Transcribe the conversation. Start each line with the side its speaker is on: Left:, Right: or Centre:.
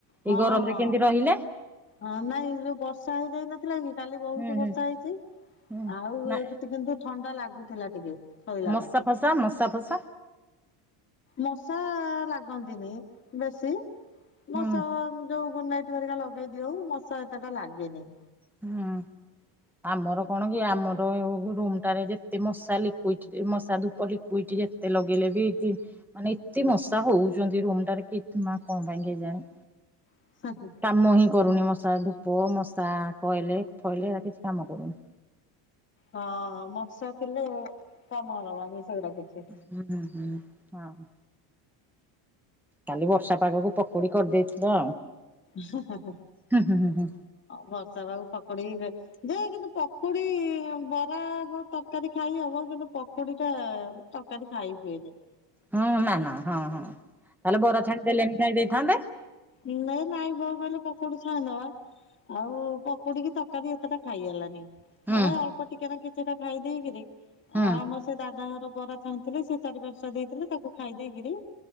Left: ହଁ
Centre: ଏ ଗରମରେ
Left: ହଁ
Centre: କେମତେ ରହିଲେ?
Left: ହଁ ନାଇଁ ଯୋଉ ବର୍ଷା ହେଇଯାଇନ ଲାନି କି କାଲି ବହୁତ
Centre: ହୁଁ
Left: ବର୍ଷା
Centre: ହୁଁ
Left: ହେଇଛି
Centre: ହୁଁ
Left: ଆଉ
Centre: ନା
Left: ଏଠି କିନ୍ତୁ ଥଣ୍ଡା ଲାଗୁଥେଲା ଟିକେ ଶୋଇଲା
Centre: ମଶା
Left: ଆଳକୁ
Centre: ଫସା ମଶା ଫସା
Left: ମଶା ଲାଗନ୍ତିନି ବେଶୀ। ମଶା
Centre: ହୁଁ
Left: ଯୋଉ ଗୁଡନାଇଟ ଘରିକା ଲଗେଇ ଦିଅଉଁ ମଶା ଏତେ ଟା ଲାଗେନି।
Centre: ହଁ। ଆମର କଣ କି ଆମର ଉ ରୁମ୍ ଟାରେ ଯେତେ ମଶା ଲିକୁଇଟି ଯେ ମଶା ଧୂପ ଲିକୁଇଟି ଯେ ଏତେ ଲଗେଇଲେ ବି ଇ ମାନେ ଏତେ ମଶା ହଉଛନ୍ତି ରୁମଟାରେ କି ମା କଣ ପାଇଁ କେଜାଣି?
Left: <inaudible>
Centre: କାମ ହିଁ କରୁନି ମଶା ଧୂପ ମଶା କଏଲ ଫଏଲ ଏଗରା କିଛି କାମ କରୁନି।
Left: ହଁ ହଁ ମଶା ଥିଲେ କାମ ଦବନି ସେଗରା କିଛି।
Centre: ହୁଁ ହୁଁ ହଁ ହଁ। କାଲି ବର୍ଷା ପାଗକୁ ପକୁଡି କରିଦେଇଥିଲ।
Left: ହଁ ହଁ
Centre: ହୁଁ ହୁଁ ହୁଁ ହୁଁ।
Left: ବର୍ଷା ପାଗକୁ ପକଡି କି ବେ ଦେ କିନ୍ତୁ ପକୁଡି ବରା ହଁ ତରକାରୀ ଖାଇ ହବ କିନ୍ତୁ ପକୁଡିଟା ତ କାରି ଖାଇ ହୁଏନି
Centre: ହୁଁ ନା ନା ହଁ ହଁ ତାହେଲେ ବରା ଛାଣି ଦେଲେଣି ଖାଇ ଦେଇଥାନ୍ତେ?
Left: ନେ ନାଇଁ ବୋଉ କଇଲେ ପକୁଡି ଛାଣିଦବା। ଆଉ ପକୁଡିକି ତରକାରୀ ଏତେଟା ଖାଇହେଲାନି ଏ
Centre: ହୁଁ।
Left: ଅଳ୍ପ ଟିକେନା କିଛିଟା ଖାଇ ଦେଇକିରି ଅ
Centre: ହୁଁ
Left: ଆମର ସେ ଦାଦା ଘର ବରା ଛାଣିଥିଲେ ସେ ଚାରି ପାଞ୍ଚଟା ଦେଇଥିଲେ ତାକୁ ଖାଇ ଦେଇକିରି